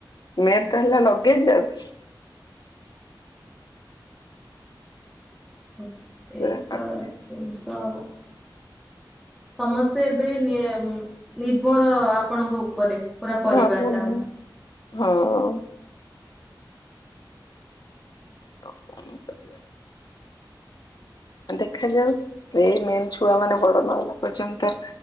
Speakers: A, on the left (about 60°); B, in the centre.
A: ମେନ ତ ହେଲା ଲଗେଜ ଆଉ
B: ବ ସେଇ
A: ପୁରା ଲଗେଜ।
B: ତ ଜିନିଷ ଅଉ। ସମସ୍ତେ ଏବେ ନିବର ଆପଣଙ୍କ ଉପରେ। ପୁରା ପରିବାର
A: ହଁ <unintelligible>
B: ଟା।
A: ହଁ କ କରିବା। ଦେଖାଯାଉ ଏଇ ମେନ୍ ଛୁଆ ମାନେ ବଡ ନହଲା ପର୍ଯ୍ୟନ୍ତ